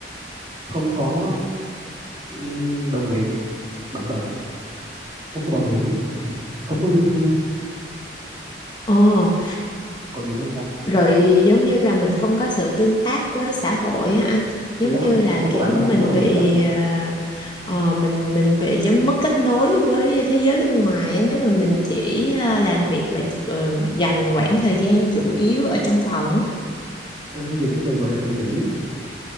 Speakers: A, on the right (about 25°); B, on the left (about 25°).
A: không có ừm, đồng nghiệp bạn bè không có bảo hiểm không có lương hưu
B: Ồ,
A: còn gì nữa không ta
B: rồi giống như là mình không có sự tương tác với xã hội á anh, giống
A: thì đó
B: như là
A: thì không
B: kiểu
A: có bạn bè
B: mình
A: không có đồng
B: bị
A: nghiệp đó
B: ờ, ờ, mình mình bị giống mất kết nối với thế giới bên ngoài á, nếu mà mình chỉ ờ, làm việc và ờ, dành khoảng thời gian chủ yếu ở trong phòng á.
A: anh hay dùng cái từ gọi là tự kỷ á,